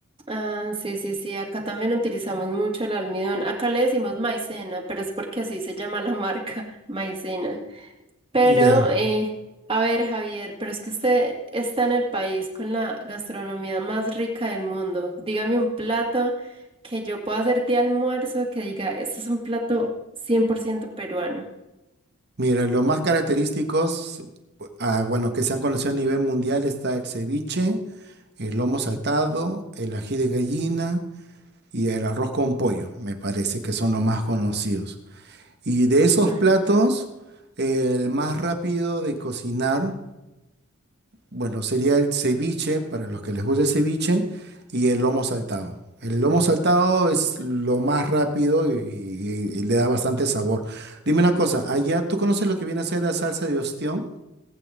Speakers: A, on the right; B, on the right.
A: Ah, sí, sí, sí. Acá también utilizamos mucho el almidón. Acá le decimos maicena, pero es porque así se llama la marca, <laughs> maicena. Pero,
B: Ya,
A: eh, a ver, Javier, pero es que usted está en el país con la gastronomía más rica del mundo. Dígame un plato que yo pueda hacer de almuerzo que diga, esto es un plato cien por ciento peruano.
B: mira, los más característicos, ah, bueno, que se han conocido a nivel mundial está el ceviche. el lomo saltado, el ají de gallina y el arroz con pollo, me parece que son los más conocidos. Y de esos
A: Ajá.
B: platos, el más rápido de cocinar, bueno, sería el ceviche, para los que les gusta el ceviche, y el lomo saltado. El lomo saltado es lo más rápido y, y- y le da bastante sabor. Dime una cosa, allá tú conoces lo que viene a ser la salsa de ostión.